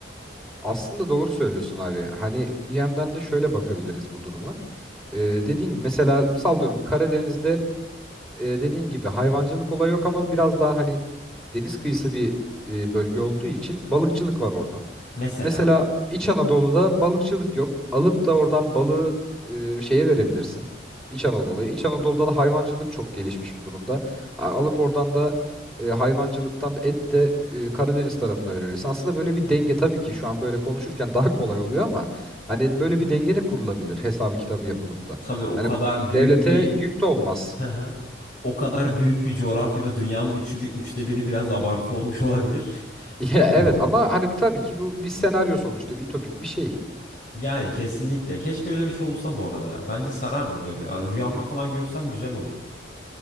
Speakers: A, in the centre; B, on the left (about 45°).
A: Aslında doğru söylüyorsun abi. Hani bir yandan da şöyle bakabiliriz bu duruma. E, dediğin gibi mesela sallıyorum Karadeniz'de e, dediğin gibi hayvancılık olayı yok ama biraz daha hani deniz kıyısı bir e, bölge olduğu için balıkçılık var orada.
B: Mesela.
A: Mesela İç Anadolu'da balıkçılık yok. Alıp da oradan balığı e, şeye verebilirsin. İç Anadolu'ya. İç Anadolu'da da hayvancılık çok gelişmiş bir durumda. A- Alıp oradan da e, hayvancılıktan da et de e, Karadeniz tarafına verebilirsin. Aslında böyle bir denge tabii ki şu an böyle konuşurken <laughs> daha kolay oluyor ama hani böyle bir denge de kurulabilir hesabı kitabı yapılıp da.
B: Tabii o
A: Hani
B: kadar büyük
A: devlete
B: bir
A: yük de olmaz.
B: Hı hı. o kadar büyük bir coğrafyada dünyanın üçü bir üçte biri biraz abartı olmuş olabilir.
A: Ya
B: <laughs> O,
A: evet ama hani bir tabii ki bu bir senaryo sonuçta bir ütopik bir şey.
B: yani kesinlikle. Keşke öyle bir şey olsa bu arada ya. Bence sarardı böyle. Ya Rüyamda falan görsem güzel olur.